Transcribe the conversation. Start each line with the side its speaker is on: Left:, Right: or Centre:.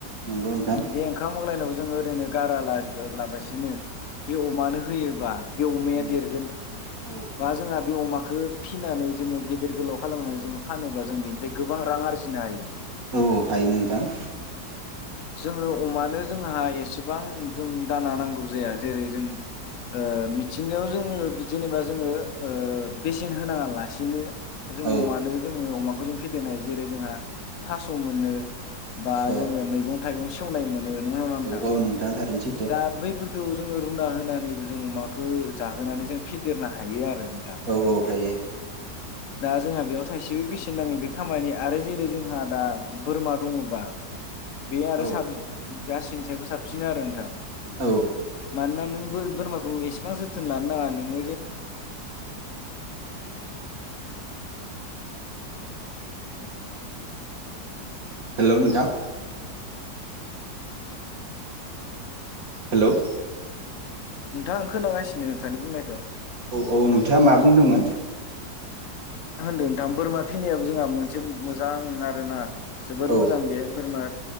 Right: नंगौ नोंथां
Left: बे ओंखाम मग्लायनायखौ जों ओरैनो गारा ला-लाबासिनो बे अमानो होयोबा बे अमाया
Right: औ
Left: देरगोन
Right: औ
Left: बा जोंहा बे अमाखो खो फिसिनानै जोङो गिदेर गोलाव खालामनानै जोङो फानोबा जों बेनिफ्राय गोबां रां आरजिनो हायो।
Right: औ हायो नोंथां।
Left: जोङो अमानो जोंहा एसेबां जों दाना नांगौ जाया जेरै जों ओ मिथिंगायाव जोङो बि जेनेबा जोङो ओ बेसेन होनाङा लासेनो जों
Right: औ
Left: अमानो जोङो अमाख जों फेदेरनाय जेरै जोंहा थास' मोनो
Right: थास'
Left: बा
Right: औ
Left: जोङो मैगं थाइगं सेवनाय मोनो नंगौना नङा नोंथां?
Right: औ थारैनो सैथो
Left: दा बैफोर बेखौ जोङो रुना होनानैबो जों अमाखौ जाहोनानै जों फेदेरनो हायो आरो। नोंथां
Right: औ औ हायो।
Left: दा जोंहा बेयाव थाइसेबो बेसेन नाङै बे खामानि आरो जेरै जोंहा दा बोरमा दङबा बे आरो
Right: औ
Left: साब गासैनि सायबो साबसिन आरो नोंथां।
Right: औ
Left: मानो ना नों बोर-बोरमाखौ एसेबां जोथोन लानो नाङा नोङो जे
Right: हेल' नोंथां? हेल'
Left: नोंथां आं खोनागासिनो नोंथांनि बुंनायखौ।
Right: औ औ नोंथाङा मा बुंदोंमोन?
Left: आं होनदों नोंथां बोरमा फिनायाबो जोंहा मोनसे मोजां आरोना जोबोद
Right: औ
Left: मोजां बे बोरमा